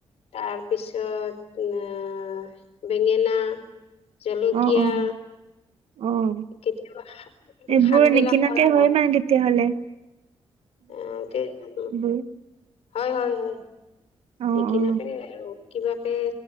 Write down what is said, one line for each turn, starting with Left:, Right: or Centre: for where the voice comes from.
Left: তাৰপিছত তাৰপিছত বেঙেনা, জলকীয়া।
Right: অ', অ'। অ'
Left: কেতিয়াবা
Right: এইবোৰ
Left: শাক বিলাক
Right: নিকিনাকে
Left: কৰা
Right: হয় মানে তেতিয়া হ'লে?
Left: অহ তে উ।
Right: এইবোৰ
Left: হয়-হয়-হয়
Right: অ
Left: নিকিনাকে
Right: অ
Left: আৰু কিবাকে